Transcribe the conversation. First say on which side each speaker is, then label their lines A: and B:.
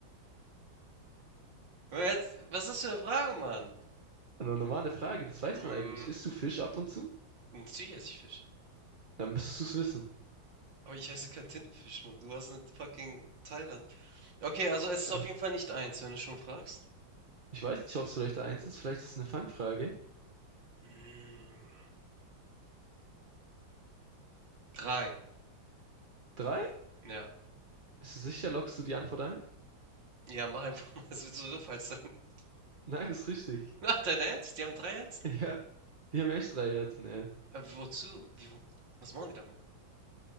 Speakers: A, on the right; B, on the right.
A: Aber Jetzt, was ist das für eine Frage, Mann?
B: Eine normale Frage, das weiß
A: Mm,
B: man eigentlich. Isst du Fisch ab und zu?
A: Natürlich esse ich Fisch.
B: Dann müsstest du es wissen.
A: Aber ich heiße kein Tintenfisch, Mann. Du warst in fucking Thailand. Okay, also es ist
B: Äh,
A: auf jeden Fall nicht eins, wenn du schon fragst.
B: Ich weiß nicht, ob es vielleicht eins ist, vielleicht ist es eine Fangfrage.
A: Mm, Drei.
B: Drei?
A: Ja.
B: Bist du sicher, lockst du die Antwort ein?
A: Ja, mach einfach mal. <laughs> Es wird sowieso falsch sein. <laughs>
B: Nein, ist richtig.
A: Ach, dein Ernst? Die haben drei Herzen?
B: <laughs> Ja, die haben echt drei Herzen, ja.
A: Äh, wozu? Wie, was machen die damit?